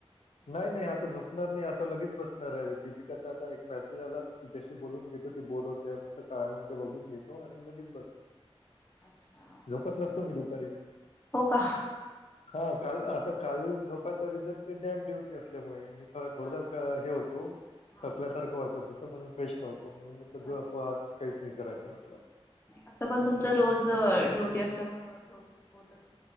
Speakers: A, on the left (about 85°); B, on the left (about 20°).
A: नाही नाही आता झोपणार नाही आता लगेच बसणारे दीपिकाचा आता एक मेसेज आला तुच्या्याशी बोलून घे ती बोर होते काय म्हणते बघून घेतो आणि लगेच बस
B: अच्छा
A: झोपत नसतो मी दुपारी.
B: हो का?
A: हा काल आता काल झोपायच रिझन ते डॅम ड्युटी असल्यामुळे. थोडंस
B: हा
A: हे होतो
B: हा
A: थकल्यासारखं वाटत होत म्हणून फ्रेश नव्हतो. म्हणून म्हटलं झोपा
B: अच्छा
A: आज काहीच नाही करायचं म्हटलं.
B: असं पण तुमच रोज ड्युटी असल्यामु झोप होत अस